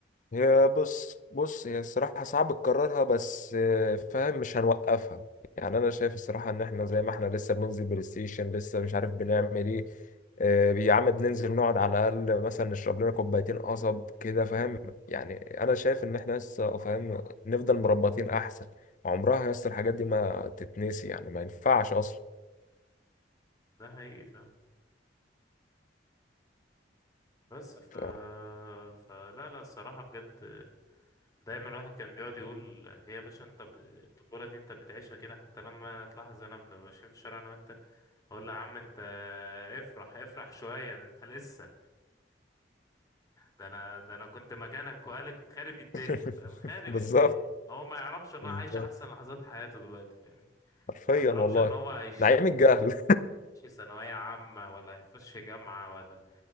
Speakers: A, on the left; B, on the left.
A: هي بص بص هي الصراحة صعب تكررها بس آه، فاهم مش هنوقفها يعني أنا شايف الصراحة إن إحنا زي ما إحنا لسه بننزل بلاي ستيشن لسه مش عارف بنعمل إيه آه، يا عم بننزل نقعد على الأقل مثلا نشرب لنا كوبايتين قصب كده فاهم يعني أنا شايف إن إحنا لسه فاهم نفضل مربطين أحسن عمرها يس الحاجات دي ما تتنسي يعني ما ينفعش أصلا
B: ده حقيقي فاهم بس ف...
A: ف...
B: فلا لا الصراحة بجد دايما الواحد كان بيقعد يقول هي يا باشا انت ب... الطفولة دي انت بتعيشها كده حتى لما تلاحظ انا بنبقى ماشيين في الشارع انا وانت اقول له يا عم انت افرح افرح شوية ده انت لسه ده انا ده انا كنت مكانك وقالب خارب الدنيا
A: <laughs>
B: فاهم خارب
A: بالظبط
B: الدنيا هو ما يعرفش ان
A: بالظبط
B: هو عايش احسن لحظات حياته دلوقتي فاهمني
A: حرفيا
B: ما يعرفش
A: والله
B: ان هو هيخش
A: نعيم الجهل
B: ثانوية عامة ولا هيخش جامعة ولا